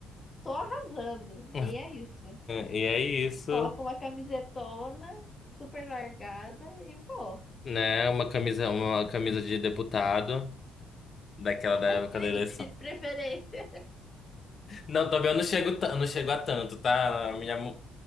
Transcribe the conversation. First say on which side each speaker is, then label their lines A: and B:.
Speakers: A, on the left; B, on the left.
A: tô arrasando.
B: <laughs>
A: E é isso.
B: E é isso,
A: Coloco uma camisetona super largada e vou.
B: né? Uma camisa, uma camisa de deputado, daquela
A: <laughs> Assim,
B: da época da eleição.
A: de preferência.
B: Não, também eu não chego, ta- eu não chego a tanto, tá? A minha, mu-